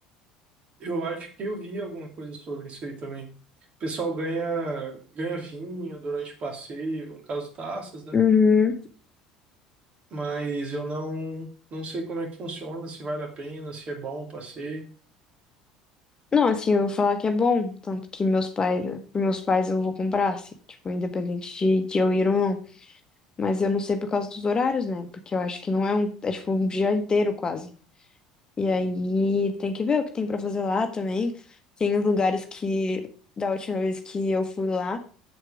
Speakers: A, on the right (about 40°); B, on the left (about 25°).
A: Eu acho que eu vi alguma coisa sobre isso aí também. O pessoal ganha, ganha vinho durante o passeio, no caso taças, né?
B: Uhum.
A: mas eu não, não sei como é que funciona, se vale a pena, se é bom o passeio.
B: Não, assim, eu vou falar que é bom, tanto que meus pais, para meus pais eu vou comprar, assim, tipo, independente de, de eu ir ou não. Mas eu não sei por causa dos horários, né? Porque eu acho que não é um, é tipo um dia inteiro quase. E aí tem que ver o que tem pra fazer lá também. Tem os lugares que da última vez que eu fui lá,